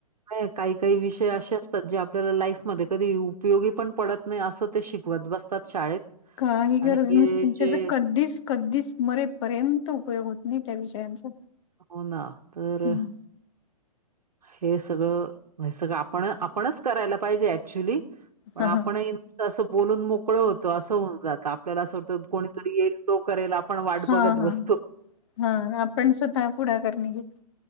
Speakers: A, on the right; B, on the left.
A: नाही काही काही विषय असे असतात जे आपल्याला लाईफ मध्ये कधी उपयोगी पण पडत नाही असं ते शिकवत बसत तात शाळेत
B: काही गरज
A: आणि हे
B: नसती अन्
A: जे
B: ते कधीच कधीच मरेपर्यंत उपयोग होत त्या विषयांचं
A: हो ना, तर
B: हम
A: हे सगळं सगळं आपण आपणच करायला पाहिजे ऍक्च्युली पण
B: हा
A: आपण असं बोलून मोकळं होतं असं होऊन जात आपल्याला असं वाटत कोणीतरी येईल तो करेल आपण वाट
B: हा
A: बघत
B: हा
A: बसतो
B: हा हा आपण स्वतः पुढाकार नाही घेत.